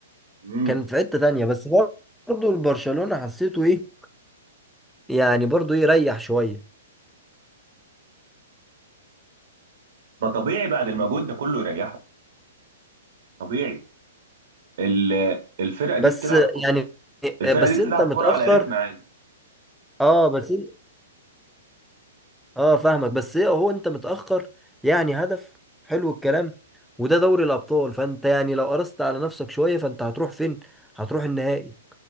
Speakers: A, on the right; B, in the centre.
A: امم
B: كان في حتة تانية بس برضه البرشلونة حسيته ايه يعني برضه ايه ريح شوية
A: ما طبيعي بعد المجهود ده كله يريحه طبيعي ال- الفرقة دي
B: بس
A: بتلعب ك-
B: يعني
A: الفرقة
B: بس
A: دي بتلعب
B: انت متأخر
A: كرة على رتم عالي
B: اه بس إن- اه فاهمك بس ايه هو انت متأخر يعني هدف حلو الكلام وده دوري الأبطال فانت يعني لو قرصت على نفسك شوية فانت هتروح فين هتروح النهائي